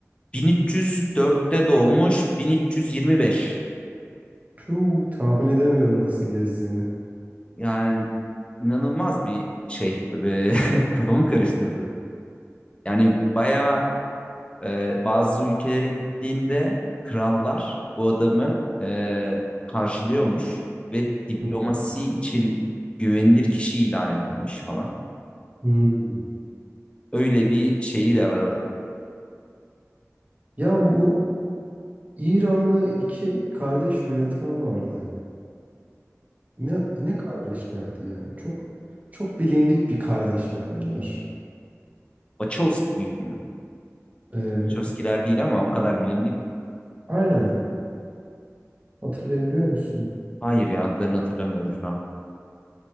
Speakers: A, on the left; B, on the right.
A: 1304'te doğmuş 1325.
B: Puh, tahmin edemiyorum nasıl gezdiğini.
A: Yani inanılmaz bir şey. <laughs> Kafamı karıştırdı. Yani bayağı e, bazı ülkelere gittiğinde krallar bu adamı e, karşılıyormuş ve diplomasi
B: Hı.
A: için güvenilir kişi ilan edilmiş falan.
B: Hmm.
A: Öyle bir şeyi de var adamın.
B: Ya bu İranlı iki kardeş yönetmen vardı. Ne ne kardeşlerdi ya? Çok çok bilindik bir kardeşler bunlar.
A: Wachowski gibi mi?
B: Ee,
A: Chomsky'ler değil ama o kadar bilindik.
B: aynen. Hatırlayabiliyor musun?
A: Hayır ya adlarını hatırlamıyorum şu an.